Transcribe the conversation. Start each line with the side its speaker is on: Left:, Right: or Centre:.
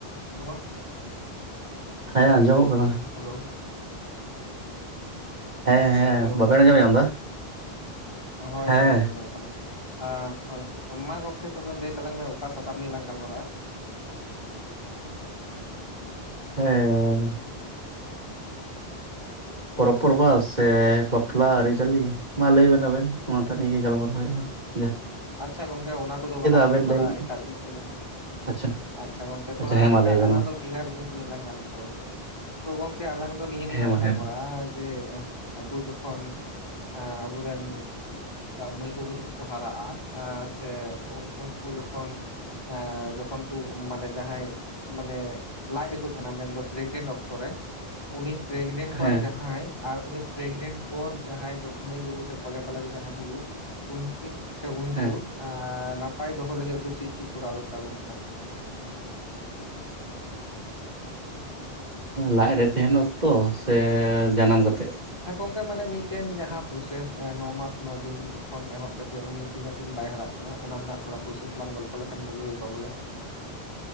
Left: <inaudible>
Right: ᱦᱮᱸ ᱟᱸᱡᱚᱢᱚᱜ ᱠᱟᱱᱟ᱾
Left: ᱦᱮᱞᱳ᱾
Right: ᱦᱮᱸ ᱦᱮᱸ
Left: ᱦᱮᱞᱳ
Right: ᱵᱟᱵᱮᱱ ᱟᱸᱡᱚᱢ ᱧᱟᱢ ᱮᱫᱟ?
Left: ᱦᱳᱭ
Right: ᱦᱮᱸ
Left: ᱦᱳᱭ ᱟᱸᱚᱢ ᱧᱟᱢᱚᱜ ᱠᱟᱱᱟ ᱾ ᱟ ᱦᱳᱭ, ᱢᱟ ᱜᱚᱝᱠᱮ ᱛᱚᱵᱮ ᱞᱟᱹᱭ ᱛᱟᱞᱟᱝ ᱢᱮ ᱚᱠᱟ ᱥᱟᱛᱟᱢ ᱱᱤᱭᱮ ᱞᱟᱝ ᱜᱟᱞᱢᱟᱨᱟᱜᱼᱟ?
Right: ᱦᱮᱸᱻ ᱯᱚᱨᱚᱵ ᱯᱚᱨᱵᱟᱥ ᱥᱮ ᱵᱟᱯᱞᱟ ᱟᱹᱨᱤ ᱪᱟᱹᱞᱤ? ᱢᱟ ᱞᱟᱹᱭ ᱵᱮᱱ ᱟᱵᱮᱱ ᱚᱱᱟ ᱴᱟᱜ ᱱᱤᱭᱮ ᱜᱮ ᱜᱟᱞᱢᱟᱨᱟᱣ ᱦᱩᱭᱩᱜᱼᱟ ᱾
Left: ᱟᱪᱪᱷᱟ ᱜᱚᱝᱠᱮ ᱚᱱᱟ ᱠᱚ ᱫᱚ ᱵᱟᱞᱟᱝ
Right: ᱟᱵᱮᱱ
Left: ᱜᱟᱞᱢᱟᱨᱟᱣᱟ
Right: ᱞᱟᱹᱭ ᱵᱮᱱ
Left: ᱮᱴᱟᱜ ᱡᱤᱱᱤᱥ ᱜᱮ ᱞᱟᱝᱼᱼ
Right: ᱟᱪᱪᱷᱟ
Left: ᱟᱪᱪᱷᱟ ᱜᱚᱝᱠᱮ ᱛᱷᱚᱲᱟ
Right: ᱟᱪᱪᱷᱟ ᱦᱮᱸ ᱢᱟ
Left: ᱮᱴᱟᱜ
Right: ᱞᱟᱹᱭ ᱵᱮᱱ
Left: ᱟᱞᱟᱝ
Right: ᱢᱟ
Left: ᱫᱚᱼᱼ ᱵᱷᱮᱜᱟᱨ ᱡᱤᱱᱤᱥ ᱱᱤᱭᱮ ᱞᱟᱝ ᱜᱟᱞᱢᱟᱨᱟᱣ ᱞᱮᱱᱜᱮ ᱾ ᱛᱚ ᱜᱚᱝᱠᱮ ᱟᱞᱟᱝ ᱫᱚ ᱱᱤᱭᱟᱹ ᱱᱤᱭᱮ ᱱᱤᱡᱮ
Right: ᱦᱮᱸ
Left: ᱞᱟᱝ
Right: ᱢᱟ
Left: ᱜᱟᱞᱢᱟᱨᱟᱜᱼᱟᱼᱼ
Right: ᱦᱮᱸ ᱢᱟ
Left: ᱡᱮ ᱟᱵᱩ ᱡᱚᱠᱷᱚᱱ ᱟᱵᱩᱨᱮᱱᱼᱼ ᱢᱟᱹᱭ ᱵᱟᱹᱵᱩ ᱛᱟᱠᱚ ᱠᱚ ᱦᱟᱨᱟᱜᱼᱟ ᱥᱮ ᱩᱱᱠᱩ ᱡᱚᱠᱷᱚᱱᱼᱼ ᱡᱚᱠᱷᱚᱱ ᱠᱩ ᱢᱟᱱᱮ ᱡᱟᱦᱟᱸᱭᱼᱼ ᱢᱟᱱᱮ ᱞᱟᱡ ᱨᱮ ᱠᱚ ᱛᱟᱦᱮᱸᱱᱟ, ᱢᱮᱱᱫᱚ ᱯᱨᱮᱜᱽᱱᱮᱱᱴ ᱚᱠᱛᱚ ᱨᱮᱼᱼ ᱩᱱᱤ ᱯᱨᱮᱜᱽᱱᱮᱱᱴ ᱠᱚᱜᱼᱟᱭ
Right: ᱦᱮᱸ
Left: ᱡᱟᱦᱟᱸᱭᱼᱼ ᱟᱨ ᱩᱱᱤ ᱯᱨᱮᱜᱽᱱᱮᱱᱴ ᱯᱚᱨ ᱡᱟᱦᱟᱸᱭ ᱢᱟᱹᱭ ᱵᱟᱹᱵᱩ ᱥᱮ ᱠᱚᱞᱮ ᱵᱟᱞᱮ ᱨᱮ ᱡᱟᱸᱦᱟᱭ ᱦᱩᱭᱩᱜᱼᱼ ᱩᱱᱠᱤᱱ ᱥᱮ ᱩᱱᱠᱩ
Right: ᱦᱮᱸ
Left: ᱱᱟᱯᱟᱭ ᱫᱚᱦᱚ ᱞᱟᱹᱜᱤᱫ ᱟᱵᱩ ᱪᱮᱫ ᱪᱮᱫ ᱠᱚᱨᱟᱣ ᱫᱚᱨᱠᱟᱨ ᱟᱵᱚᱱ ᱠᱟᱱᱟ?
Right: ᱞᱟᱡ ᱨᱮ ᱛᱟᱦᱮᱸᱱ ᱚᱠᱛᱚ ᱥᱮ ᱡᱟᱱᱟᱢ ᱠᱟᱛᱮᱜ?
Left: ᱦᱮᱸ ᱜᱚᱝᱠᱮ ᱢᱟᱱᱮ ᱢᱤᱫᱴᱮᱱ ᱡᱟᱦᱟᱸ ᱯᱨᱚᱥᱮᱥ ᱱᱚ ᱢᱟᱥ ᱱᱚ ᱫᱤᱱ ᱠᱷᱚᱱ ᱮᱦᱚᱵ ᱠᱟᱛᱮᱜ ᱩᱱᱤᱼᱼ ᱛᱤᱱᱟᱹᱜ ᱫᱤᱱ ᱵᱟᱭ ᱦᱟᱜ ᱠᱟᱱᱟ ᱚᱱᱟ ᱨᱮᱱᱟᱜ ᱛᱷᱚᱲᱟ ᱯᱨᱚᱥᱮᱥ ᱞᱟᱝ ᱜᱚᱞᱯᱷᱚ ᱞᱮᱠᱷᱟᱱ ᱵᱷᱟᱹᱜᱤ ᱦᱩᱭ ᱠᱚᱜᱼᱟ ᱵᱚᱞᱮ ᱾